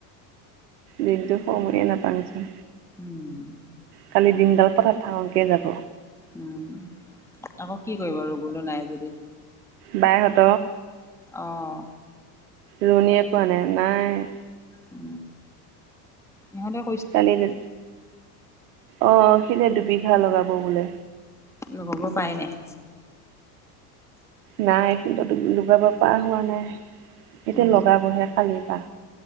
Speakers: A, on the right; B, in the centre.
A: দিনটো সময়ে
B: সেইটো
A: নাপাওঁচোন,
B: উম
A: কালি দিনডাল পথাত থাঙকে যাব।
B: উম আকৌ কি কৰিব ৰুবলো নাই যদি।
A: বাইহঁত
B: অঁ
A: ৰুণিয়ীয়ে পোৱা নাই নাই,
B: উ ইহঁতেও,
A: কালি যে অ' সি এতিয়া দুবিঘা লগাব বোলে।
B: লগাব পাৰাই নাই?
A: নাই সিহঁত লগাব পৰা হোৱা নাই এতিয়া
B: অ',
A: লগাবহে কালি পা।